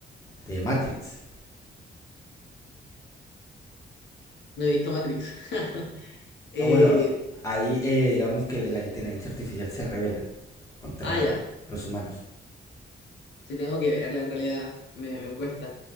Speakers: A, on the left (about 15°); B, on the left (about 70°).
A: De Matrix.
B: No he visto Matrix. <laughs> Eh,
A: Ah, bueno, ahí eh, digamos que la inteligencia artificial se revela contra
B: ah, ya,
A: los humanos.
B: sí tengo que verla en realidad, me, me cuesta.